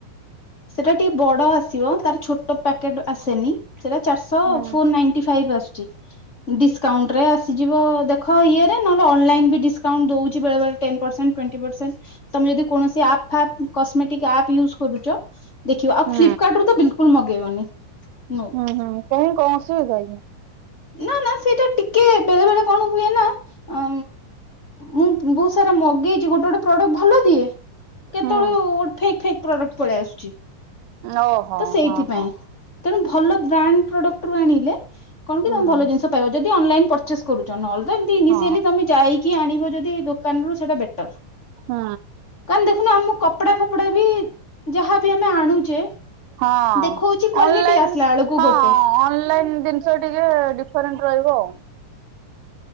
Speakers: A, on the left; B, on the right.
A: ସେଟା ଟିକେ ବଡ ଆସିବ ତାର ଛୋଟ ପ୍ୟାକେଟ ଆସେନି ସେଟା ଚାରିଶ ଶ
B: ହୁଁ
A: ଫୋର ନାଇଣ୍ଟି ଫାଇଭ୍ ଆସୁଛି। ଡିସକାଉଣ୍ଟରେ ଆସିଯିବ ଦେଖ ଇଏରେ ନହେଲେ ଅନଲାଇନ ବି ଡିସକାଉଣ୍ଟ ଦଉଛି ବେଳେ ବେଳେ। ଟେନ୍ ପର୍ସେଣ୍ଟ ଟୋଣ୍ଟି ପର୍ସେଣ୍ଟ ତମେ ଯଦି କୌଣସି ଆପ୍ ଫାପ କସ୍ ମେଟିକ୍ ଆପ୍ ୟୁଜ୍ କରୁଚ ଦେଖିବା ଆଉ
B: ହୁଁ
A: ଫ୍ଲିପକାର୍ଟରୁ ତ ବିଲକୁଲ ମଗେଇବନି ନୋ।
B: ହୁଁ ହୁଁ କାହିଁ କଣ ଅସୁବିଧା କି?
A: ନା ନା ସେଇଟା ଟିକେ ବେଳେ ବେଳେ କଣ ହୁଏ ନା ଉଁ ମୁଁ ବହୁତ ସାରା ମଗେଇଛି ଗୋଟେ ଗୋଟେ ପ୍ରଡକ୍ଟ ଭଲ ଦିଏ। କେତେବେଳୁ
B: ହୁଁ
A: ଗୋଟେ ଫେକ୍ ଫେକ୍ ପ୍ରଡକ୍ଟ ପଳେଇ ଆସୁଛି
B: ଓହୋ
A: ତ ସେଇଥିପାଇଁ।
B: ହଁ ହଁ
A: ତେଣୁ ଭଲ ବ୍ରାଣ୍ଡ ପ୍ରଡକ୍ଟରୁ ଆଣିଲେ କଣ କି
B: ହୁଁ।
A: ତମ ଭଲ ଜିନିଷ ପାଇ ଯଦି ଅନଲାଇନ ପ ଚେସ କରୁଚ ନହେଲେ ତ ଇନିସିଆଲି
B: ହଁ
A: ତମେ ଯାଇକି ଆଣିବ ଯଦି ଦୋକାନରୁ ସେଇଟା ବେଟର।
B: ହୁଁ।
A: କାଁ ଦେଖୁନ ଆମ କପଡା ଫପଡା ବି ଯାହା ଆଣୁଛେ
B: ହଁ
A: ଦେଖଉଛି କ୍ଵାଲିଟି
B: ଅନଲାଇନ୍
A: ଆସିଲା ବେଳକୁ
B: ହଁ
A: ଗୋଟେ
B: ଅନଲାଇନ ଦି ସ ଟିକେ ଡିଫରେଣ୍ଟ ରହିବ ଆଉ।